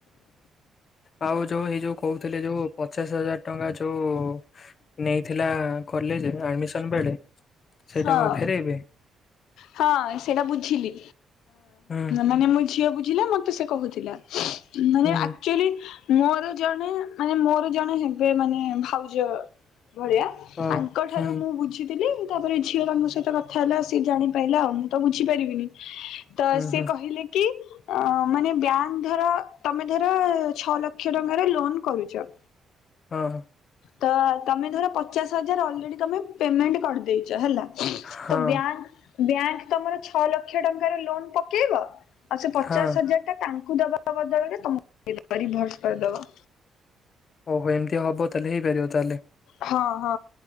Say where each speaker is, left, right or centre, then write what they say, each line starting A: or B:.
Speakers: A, on the left (about 45°); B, on the left (about 85°).
A: ଆଉ ଯୋଉ ଏଇ ଯୋଉ କହୁଥିଲେ ଯୋଉ ପଚାଶ ହଜାର ଟଙ୍କା ଯୋଉ ନେଇଥିଲା କଲେଜ ଆଡମିସନ ବେଳେ। ସେଇଟା
B: ହଁ
A: କଣ ଫେରେଇବେ?
B: ହଁ ସେଇଟା ବୁଝିଲି,
A: ହୁଁ
B: ମାନେ ମୋ ଝିଅ ବୁଝିଲା ମ ମତେ ସେ କହୁଥିଲା, ମାନେ
A: ହୁଁ
B: ଆକ୍ଚୋଲି ମୋର ଜଣେ ମାନେ ମୋର ଜଣେ ହେବେ ମାନେ ଭାଉଜ ଭଳିଆ
A: ହଁ
B: ତାଙ୍କଠାରୁ
A: ହୁଁ
B: ମୁଁ ବୁଝିଥିଲି। ତାପରେ ଝିଅ ତାଙ୍କ ସହିତ କଥା ହେଲା ସିଏ ଜାଣିପାଇଲା ଆଉ ମୁଁ ତ ବୁଝିପାରିବିନି। ତ
A: ହୁଁ
B: ସିଏ
A: ହୁଁ
B: କହିଲେ କି ଅ ମାନେ ବ୍ୟାଙ୍କ୍ ଧର ତମେ ଧର ଛଅ ଲକ୍ଷ୍ୟ ଟଙ୍କାରେ ଫୋନ୍ କରୁଚ।
A: ହଁ।
B: ତ ତମେ ଧର ପଚାଶ ହଜାର ଅଲରେଡି ତମେ ପେମେଣ୍ଟ କରିଦେଇଚ ହେଲା।
A: ହଁ
B: ତ ବ୍ୟାଙ୍କ୍ ବ୍ୟାଙ୍କ୍ ତମର ଛଅ ଲକ୍ଷ୍ୟ ଟଙ୍କାର ଲୋନ୍ ପକେଇବ। ଆଉ ସେ ପଚାଶ
A: ହଁ
B: ହଜାରଟା ତାଙ୍କୁ ଦବା ବଦଳରେ ତମକୁ ଦେଇଦବ ରିଭର୍ସ କରିଦବ।
A: ଓହୋ ଏମିତି ହବ ତାହେଲେ ହେଇପାରିବ ତାହେଲେ।
B: ହଁ ହଁ